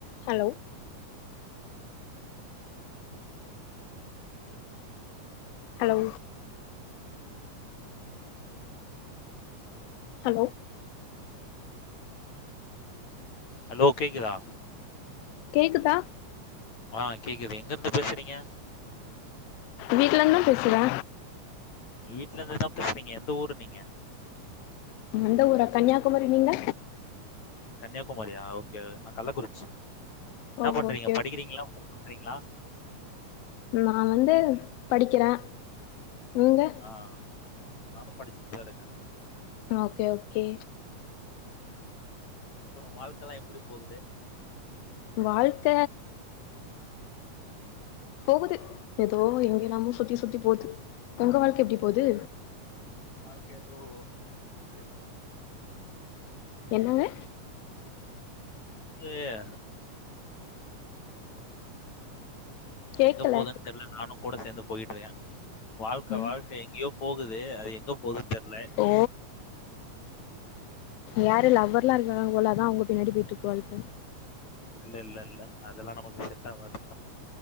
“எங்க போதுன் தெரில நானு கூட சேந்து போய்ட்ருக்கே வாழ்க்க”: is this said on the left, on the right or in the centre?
Left